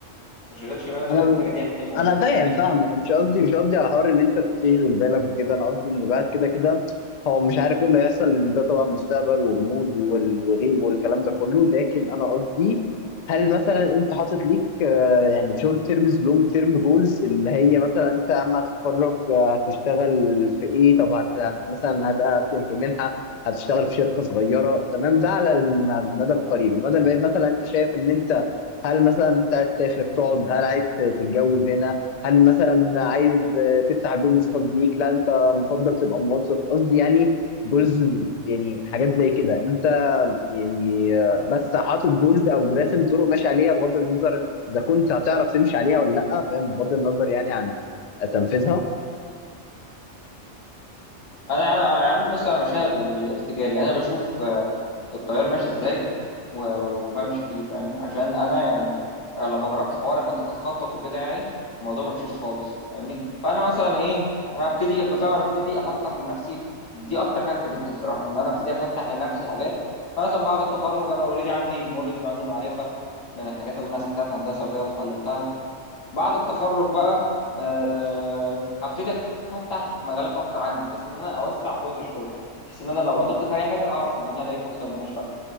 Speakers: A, on the left; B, on the left.
A: بشغلش بالي انا
B: انا
A: الحاجه دي هتتم ولا
B: انا
A: لا
B: فاهم
A: فاهمني؟
B: فاهمك مش قصدي مش قصدي على حوار ان انت تشغل بالك وكده انا قصدي ان بعد كده كده هو مش عارف ايه اللي هيحصل لان ده طبعا مستقبل وغموض وال- وغيب والكلام ده كله لكن انا قصدي هل مثلا انت حاطط ليك آه، يعني شورت تيرمز لونج تيرم جولز اللي هي مثلا انت اما هتتخرج آه، هتشتغل في ايه طب هت هت- مثلا هت- هتقدم في منحة هتشتغل في شركة صغيرة تمام ده على الم- المدى القريب المدى البعيد مثلا انت شايف ان انت هل مثلا انت عايز تسافر تقعد هل عايز تتجوز هنا هل مثلا عايز تفتح بيزنس خاص بيك لا انت مفضل تبقى موظف قصدي يعني جولز يعني حاجات زي كده انت يعني آه، بس حاطط جولز او راسم طرق ماشي عليها بغض النظر اذا كنت هتعرف تمشي عليها ولا لا فاهم بغض النظر يعني عن تنفيذها
A: انا يا عم بص انا ماشيها بال... بالارتجال يعني انا بشوف آه، التيار ماشي ازاي و- وبمشي فيه فاهم عشان انا يعني لما جربت حوار انك انت تخطط وكده يعني الموضوع ما مشيش خالص يعني فاهمني فانا مثلا ايه انا ابتدي ابقى فاهم انا ابتدي افتح لنفسي دي اكتر حاجه فادتني الصراحه ان انا ابتدي افتح لنفسي حاجات فمثلا بعد التخرج انا اوريدي عندي نولج وعندي معرفه من الحاجات اللي انا خدتها في هندسه وكده واتعلمتها بعد التخرج بقى أه هبتدي افتح مجالات اكتر عندي بحيث ان انا اوسع فرص الشغل بحيث ان انا لو عطلت في اي حاجه اعرف ان انا الاقي فرصه ان انا اشتغل